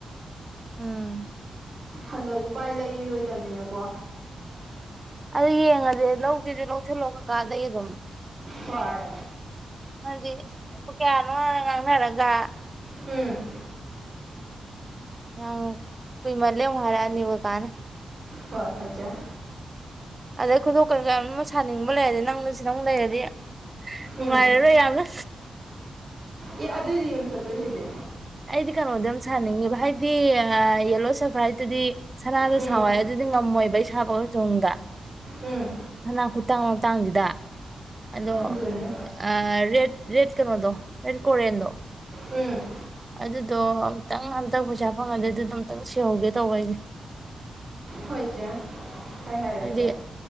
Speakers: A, on the right; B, on the right.
A: ꯎꯝ
B: ꯍꯟꯗꯛ ꯎꯄꯥꯏ ꯂꯩꯔꯣꯏꯗꯕꯅꯤꯅꯀꯣ
A: ꯑꯗꯨ ꯌꯦꯡꯉꯁꯦ ꯂꯧꯒꯦꯁꯨ ꯂꯧꯁꯤꯜꯂꯣ ꯀꯀꯥꯗꯩ ꯑꯗꯨꯝ꯫
B: ꯍꯣꯏ꯫
A: ꯍꯥꯏꯗꯤ ꯀꯌꯥꯅꯣꯅ ꯉꯥꯡꯅꯔꯒ
B: ꯎꯝ
A: ꯑ ꯀꯨꯏꯃꯜꯂꯦ ꯍꯥꯏꯔꯛꯑꯅꯤꯕ ꯀꯥꯟꯅ
B: ꯍꯣꯏ ꯍꯣꯏ ꯆ
A: ꯑꯗꯩ ꯈꯨꯗꯣ ꯀ ꯀꯌꯥ ꯑꯃ ꯁꯥꯅꯤꯡꯕ ꯂꯩꯔꯗꯤ ꯅꯪꯅ ꯁꯤꯗꯪ ꯂꯩꯔꯗꯤ
B: ꯎꯝ
A: ꯅꯨꯡꯉꯥꯏꯔꯔꯣꯏ ꯌꯥꯒ
B: ꯑꯦ ꯑꯗꯨꯏꯗꯤ ꯌꯨꯝ ꯆꯠꯇꯣꯏꯁꯤꯗꯤ꯫
A: ꯑꯩꯗꯤ ꯀꯩꯅꯣꯗꯤ ꯑꯗꯨꯝ ꯁꯥꯅꯤꯡꯉꯦꯕ ꯍꯥꯏꯗꯤ ꯌꯦꯂꯣ ꯁꯐ꯭ꯔꯥꯏꯠꯇꯨꯗꯤ ꯁꯅꯥꯗ
B: ꯎꯝ
A: ꯁꯥꯎꯋꯦ ꯑꯗꯨ ꯅꯪ ꯉꯝꯃꯣꯏꯕ ꯑꯩ ꯁꯥꯕ ꯑꯣꯏꯔꯖꯣꯡꯗ
B: ꯎꯝ
A: ꯍꯅꯥ ꯈꯨꯇꯥꯡ ꯂꯛꯇꯥꯡꯁꯤꯗ ꯑꯗꯣ
B: ꯑꯗꯨꯅꯤ
A: ꯑꯥ ꯔꯦꯠ ꯔꯦꯠ ꯀꯩꯅꯣꯗꯣ ꯔꯦꯠ ꯀꯣꯔꯦꯟꯗꯣ꯫
B: ꯎꯝ꯫
A: ꯑꯗꯨꯗꯣ ꯑꯝꯇꯪ ꯍꯟꯗꯛ ꯄꯩꯁꯥ ꯐꯪꯉꯟꯗꯤ ꯑꯗꯨꯗꯨꯝꯇꯪ ꯁꯤꯍꯧꯒꯦ ꯇꯧꯕ ꯑꯩꯗꯤ
B: ꯍꯣꯏ ꯏꯆꯦ ꯑꯩ ꯍꯥꯏꯔꯛꯀꯦ
A: ꯍꯥꯏꯗꯤ